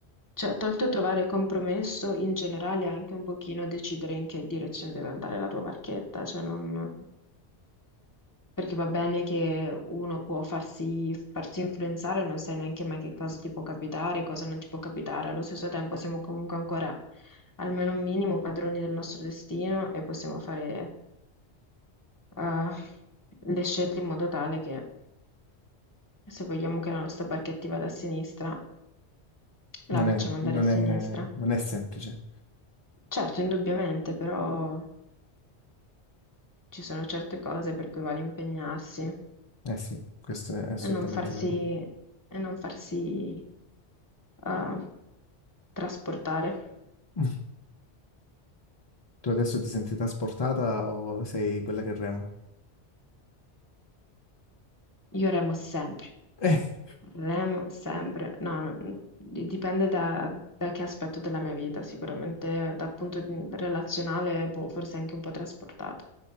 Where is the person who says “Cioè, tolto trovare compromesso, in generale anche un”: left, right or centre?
Left